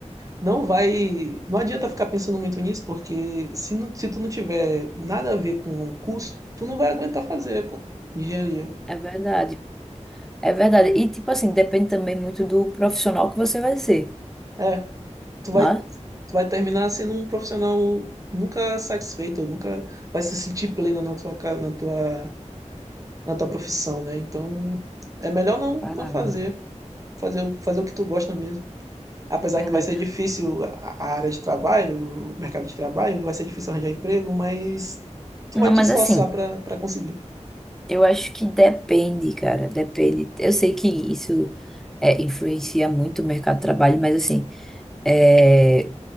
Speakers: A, on the right; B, in the centre.
A: Não vai. Não adianta ficar pensando muito nisso, porque se, não- se tu não tiver nada a ver com o curso, tu não vai aguentar fazer, pô, engenharia.
B: é verdade. É verdade. E, tipo assim, depende também muito do profissional que você vai ser.
A: É, tu vai,
B: né?
A: tu vai terminar sendo um profissional nunca satisfeito, ou nunca vai se sentir pleno na tua, ca- na tua, na tua profissão, né? Então, é melhor não,
B: Caralho,
A: não fazer, fazer, o- fazer o que tu gosta mesmo. Apesar
B: verdade.
A: que vai ser difícil a a área de trabalho, o mercado de trabalho, vai ser difícil arranjar emprego, mas tu
B: Não,
A: vai te
B: mas
A: esforçar
B: assim,
A: para para conseguir.
B: eu acho que depende, cara, depende. Eu sei que isso é, influencia muito o mercado de trabalho, mas assim, é,